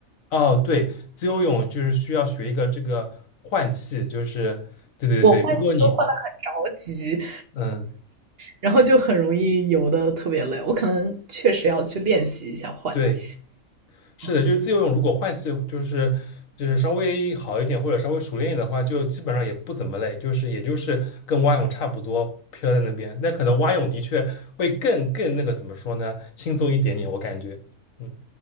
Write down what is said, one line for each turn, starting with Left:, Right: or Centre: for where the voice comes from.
Left: 哦，对，自由泳就是需要学一个这个换气，就是对对对，
Right: 我换气都换的很着急，
Left: 如果你嗯
Right: 然后就很容易游的特别累。我可能确实要去练习一下换气。
Left: 对。是的，
Right: 嗯
Left: 就是自由泳，如果换气就是就是稍微好一点或者稍微熟练一点的话，就基本上也不怎么累，就是也就是跟蛙泳差不多飘在那边。那可能蛙泳的确会更更那个怎么说呢，轻松一点点，我感觉。嗯